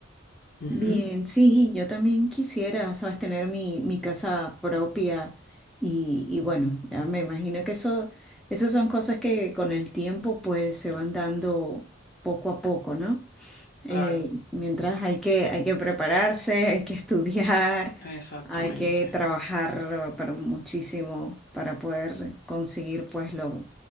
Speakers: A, on the left; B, in the centre.
A: Ujú,
B: Bien, sí, yo también quisiera, sabes, tener mi, mi casa propia y, y bueno, ya me imagino que eso, eso son cosas que con el tiempo pues se van dando poco a poco, ¿no? Eh,
A: Claro,
B: mientras hay que, hay que prepararse, hay que estudiar,
A: exactamente.
B: hay que trabajar para muchísimo para poder conseguir pues lo,